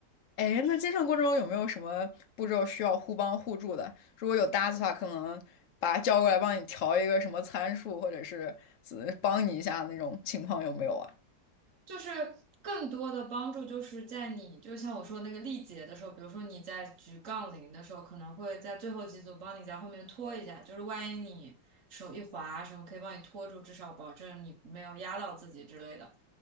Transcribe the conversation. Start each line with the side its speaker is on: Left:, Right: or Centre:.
Left: 哎，那接上过程中有没有什么步骤需要互帮互助的？如果有搭子的话，可能把他叫过来帮你调一个什么参数，或者是呃帮你一下那种情况有没有啊？
Right: 就是更多的帮助就是在你，就像我说那个力竭的时候，比如说你在举杠铃的时候，可能会在最后几组帮你在后面拖一下，就是万一你手一滑什么，可以帮你拖住，至少保证你没有压到自己之类的。